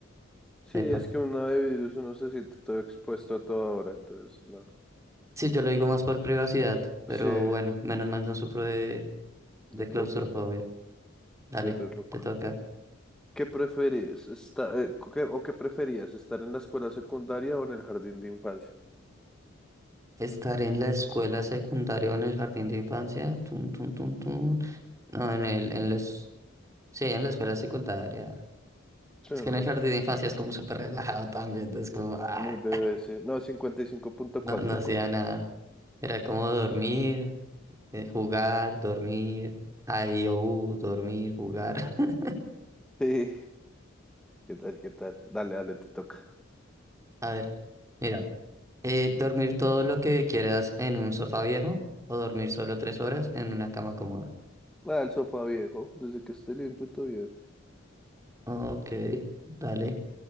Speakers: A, in the centre; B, on the right (about 15°).
A: Sí,
B: Epa.
A: es que una de virus uno se siente todo expuesto a toda hora, entonces, no.
B: Sí, yo lo digo más por privacidad, pero
A: Sí,
B: bueno, menos mal no sufro de,
A: de
B: de claustrofobia.
A: claustrofobia.
B: Dale,
A: Sí, re loco.
B: te toca.
A: ¿Qué preferís? Esta- eh, cu- qué- ¿O qué preferías? ¿Estar en la escuela secundaria o en el jardín de infancia?
B: Estar en la escuela secundaria o en el jardín de infancia. Tun, tun, tun, tun. No, en el, en las. Sí, en la escuela secundaria.
A: Sí,
B: Es
A: no.
B: que en el jardín de infancia es como súper relajado también. Es como. ah,
A: Muy bebé, sí. No, cincuenta y cinco punto
B: No,
A: cuatro
B: no hacía
A: correcto.
B: nada. Era como dormir, eh, jugar, dormir, IOU, dormir, jugar. <laughs>
A: Sí, ¿qué tal, qué tal? Dale, dale, te toca.
B: A ver, mira, eh, dormir todo lo que quieras en un sofá viejo o dormir solo tres horas en una cama cómoda.
A: Ah, el sofá viejo, desde que esté limpio todo
B: Ok, dale.